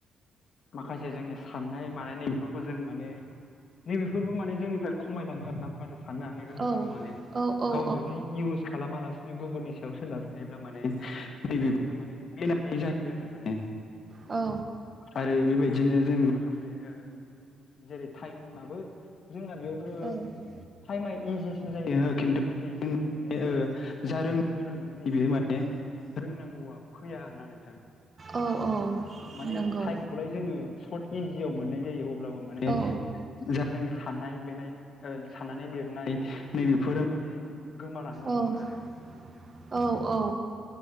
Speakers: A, on the left (about 55°); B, on the right (about 30°).
A: माखासे जोंनि साननाय-मानायनाय बेफोरखौ जों माने ‌ नैबेफोरबो माने जोंनिफ्राय खमायलाङो आरो ना माखासे। साननो हानाय गोहोब्राबो
B: औ
A: माने
B: औ औ
A: गाव जुदि इउस खालामालासे। बि गुबुननि सायाव सोनारबाय हायोब्ला माने नैबेफोरो माने बेला बे जाहैबाय आरो माने।
B: औ।
A: आरो बेबायदिनो जोंनि माखासे ओ जेरै थाइमाबो। जोंना बेयावबो
B: औ
A: टाइमा इजि। सिन जायो खिन्थु नाथाय जोंनि माने ओ जा रोंनो गोनां माने नैबे माने। रोंनांगौआ फैया आर ना नोंथां।
B: औ औ
A: माने
B: नंगौ
A: टाइम खौलाय जोङो सर्ट इजियाव मोननाय जायो अब। अब्लाबो माने
B: औ
A: जा जोंनि साननाय-बेनाय ओ साननानै लिरनाय। नैबेफोरो माने। गोमालांनो हमो
B: औ-औ-औ।
A: आरो